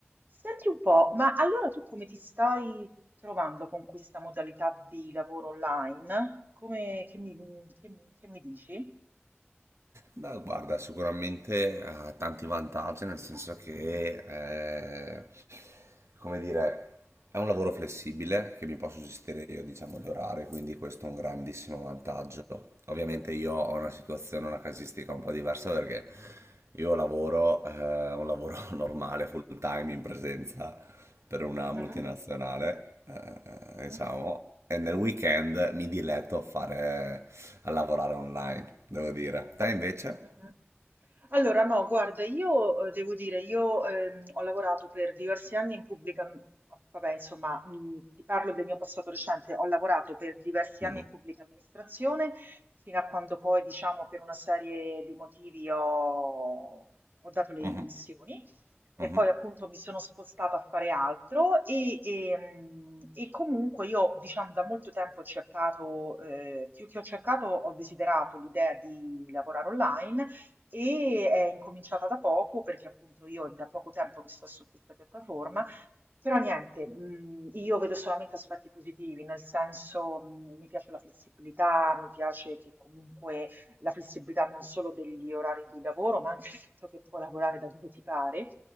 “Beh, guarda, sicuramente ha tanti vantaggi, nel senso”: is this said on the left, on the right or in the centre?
Right